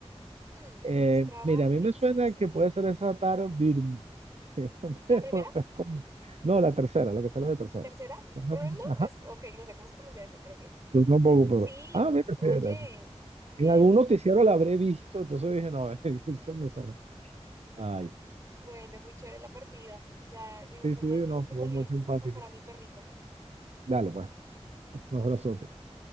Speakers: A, on the right; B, on the right.
A: Hmm,
B: Eh,
A: Ostrava,
B: mira, a mí
A: Pils,
B: me suena
A: no sé.
B: que puede ser esa Taro Birmo, <laughs>
A: ¿La
B: pero
A: primera?
B: es como- No, la tercera, la que sale de tercera.
A: ¿Tercera? Brno
B: Ajá,
A: es, ok, no sé cómo se pronuncia eso, pero ok.
B: yo tampoco, pero...
A: Sí,
B: Ah, mira,
A: oye,
B: sí, era.
A: bien.
B: En algún noticiero la habré visto, entonces dije, no, <laughs> se me sonó. Ay.
A: Bueno, muy chévere la partida. Ya, de igual
B: Sí,
A: forma,
B: sí,
A: tengo
B: no, estuvo
A: que salir
B: muy simpática.
A: a sacar a mi perrita.
B: Dale, pues. Un abrazo.